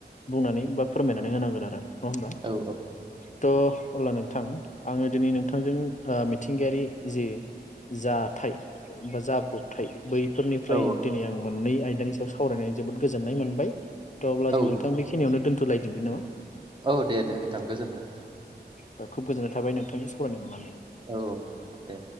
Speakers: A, on the left; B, on the right.
A: बुंनानै बा फोरमायनानै होनांगोन आरो। नङा होमबा?
B: औ
A: थ अब्ला नोंथां आङो दिनै नोंथांजों ओ थिंगायारि जे जाथाय बा जाब्रबथाय बै फोरनिफ्राय
B: औ
A: दिनै आं मोननै आयदानि सायाव साव आवरायनाय जोबोद गोजोननाय मोनबाय। थ अब्ला जों
B: औ
A: नोंथां बेखनिआवनो दोनथ सोलायदोंदि नामा?
B: औ दे दे नोंथां गोजोन्थों।
A: दा खुब गोजोननाय थाबाय नोंथांजों सावरायनो मोननानै।
B: औ औ दे।